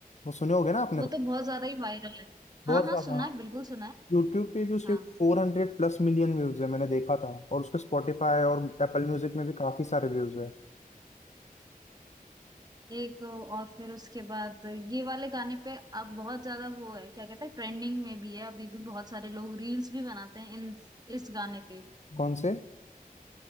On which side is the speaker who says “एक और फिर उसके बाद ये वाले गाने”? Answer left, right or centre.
Right